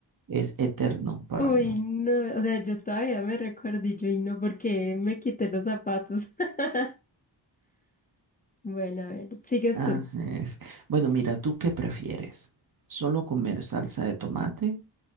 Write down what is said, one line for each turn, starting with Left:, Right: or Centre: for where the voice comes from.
Right: es eterno para
Left: Uy,
Right: uno.
Left: no, o sea, yo todavía me recuerdo y yo, y no, porque me quité los zapatos. <laughs> Bueno, a ver, sigues
Right: Así
Left: tú.
Right: es. Bueno, mira, ¿tú qué prefieres? ¿Solo comer salsa de tomate